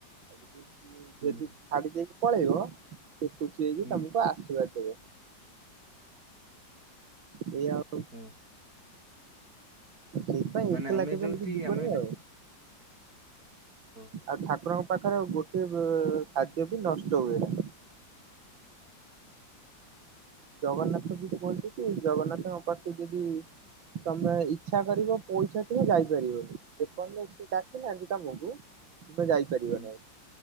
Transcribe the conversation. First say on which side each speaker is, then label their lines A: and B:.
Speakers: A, on the right; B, on the right.
A: ଆଉ ଯଦି ଯିଏ
B: ହୁଁ
A: ଯଦି ଛାଡି ଦେଇକି ପଳେଇବ ସେ ଖୁସି ହେଇକି
B: ହୁଁ
A: ତମକୁ ଆଶୀର୍ବାଦ ଦେବେ। ଏଇଆଉ।
B: ହଁ।
A: ସେଇଥି ପାଇଁ
B: ମାନେ
A: ଏକେଲା
B: ଆମେ
A: କେବେ
B: ଯୋଉଠି
A: ହେଟିକି ଯିବନି
B: ଆମେ ଯଦି
A: ଆଉ।
B: ଓହୋ
A: ଆଉ ଠାକୁରଙ୍କ ପାଖରେ ଗୋଟେ ଖାଦ୍ୟ ବି ନଷ୍ଟ ହୁଏ ନାହିଁ। ଜଗନ୍ନାଥ
B: ହୁଁ
A: ବି କହିଛି କି ଜଗନ୍ନାଥଙ୍କ ପାଖୁକୁ ଯଦି ତମେ ଇଛା କରିବ ପଇସା ଥିବ ଯାଇପାରିବନି ଯେପର୍ଯ୍ୟନ୍ତ ସେ ତୁ ଡ଼ାକି ନାହାନ୍ତି ତମକୁ ତୁମେ ଯାଇ ପାରିବ
B: ହୁଁ
A: ନାଇ